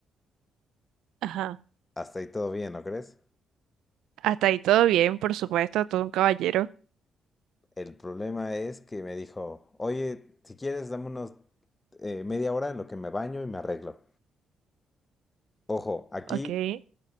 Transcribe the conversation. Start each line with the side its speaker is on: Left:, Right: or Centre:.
Right: ajá.
Left: Hasta ahí todo bien, ¿no crees?
Right: Hasta ahí todo bien, por supuesto, todo un caballero.
Left: El problema es que me dijo, oye, si quieres, dame unos eh, media hora en lo que me baño y me arreglo. Ojo, aquí
Right: Okay,